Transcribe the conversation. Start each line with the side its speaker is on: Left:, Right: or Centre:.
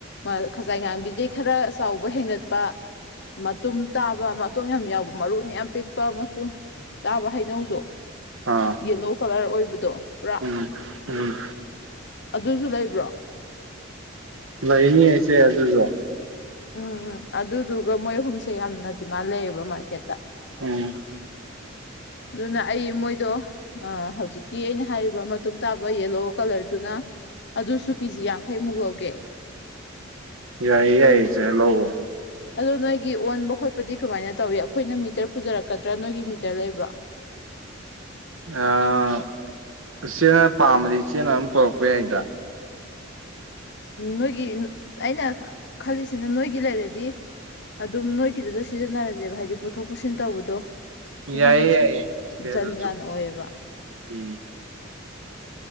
Left: ꯃꯥꯈꯖꯥꯏ ꯉꯥꯡꯕꯤꯗꯩ ꯈꯔ ꯆꯥꯎꯕ ꯍꯦꯟꯒꯠꯄ ꯃꯇꯨꯝ ꯇꯥꯕ ꯃꯇꯣꯡ ꯌꯥꯝ ꯌꯥꯎꯕ ꯃꯔꯨꯅ ꯌꯥꯝ ꯄꯤꯛꯄ ꯃꯇꯨꯝ ꯇꯥꯕ ꯍꯩꯅꯧꯗꯣ
Right: ꯑꯥ
Left: ꯌꯦꯂꯣ ꯀꯂꯔ ꯑꯣꯏꯕꯗꯣ ꯄꯨꯔꯥ
Right: ꯎꯝ ꯎꯝ
Left: ꯑꯗꯨꯖꯨ ꯂꯩꯕ꯭ꯔꯣ
Right: ꯂꯩꯅꯤ ꯏꯆꯦ ꯑꯗꯨꯖꯣ
Left: ꯎꯝ ꯎꯝ ꯑꯗꯨꯗꯨꯒ ꯃꯣꯏ ꯑꯍꯨꯝꯁꯦ ꯌꯥꯝꯅ ꯗꯤꯃꯥꯟ ꯂꯩꯌꯦꯕ ꯃꯥꯔꯀꯦꯠꯇ
Right: ꯎꯝ
Left: ꯑꯗꯨꯅ ꯑꯩ ꯃꯣꯏꯗꯣ ꯑꯥ ꯍꯧꯖꯤꯛꯀꯤ ꯑꯩꯅ ꯍꯥꯏꯔꯤꯕ ꯃꯇꯨꯡ ꯇꯥꯕ ꯌꯦꯂꯣ ꯀꯂꯔꯗꯨꯅ ꯑꯗꯨꯁꯨ ꯀꯦꯖꯤ ꯌꯥꯡꯈꯩꯃꯨꯛ ꯂꯧꯒꯦ
Right: ꯌꯥꯏꯌꯦ ꯌꯥꯏꯌꯦ ꯏꯆꯦ ꯂꯧꯑꯣ
Left: ꯑꯗꯣ ꯅꯣꯏꯒꯤ ꯑꯣꯟꯕ ꯈꯣꯠꯄꯗꯤ ꯀꯃꯥꯏꯅ ꯇꯧꯋꯤ ꯑꯩꯈꯣꯏꯅ ꯃꯤꯇꯔ ꯄꯨꯖꯔꯛꯀꯗ꯭ꯔꯥ ꯅꯣꯏꯒꯤ ꯃꯤꯇꯔ ꯂꯩꯕ꯭ꯔꯣ
Right: ꯑꯥ ꯏꯆꯦꯅ ꯄꯥꯝꯃꯗꯤ ꯏꯆꯦꯅ ꯑꯝ ꯄꯣꯔꯛꯄ ꯌꯥꯏꯗ
Left: ꯅꯣꯏꯒꯤ ꯅꯣ ꯑꯩꯅ ꯈꯜꯂꯤꯁꯤꯅ ꯅꯣꯏꯒꯤ ꯂꯩꯔꯗꯤ ꯑꯗꯨꯝ ꯅꯣꯏꯒꯤꯗꯨꯗ ꯁꯤꯖꯤꯟꯅꯔꯖꯦꯕ ꯍꯥꯏꯗꯤ ꯄꯨꯊꯣꯛ ꯄꯨꯁꯤꯟ ꯇꯧꯕꯗꯣ
Right: ꯌꯥꯏꯌꯦ
Left: ꯑꯩꯉꯣꯟꯗꯁꯨ
Right: ꯌꯥꯏꯌꯦ ꯏꯆꯦ
Left: ꯖꯟ
Right: ꯑꯗꯨꯁꯨ
Left: ꯖꯥꯟ ꯑꯣꯏꯌꯦꯕ
Right: ꯎꯝ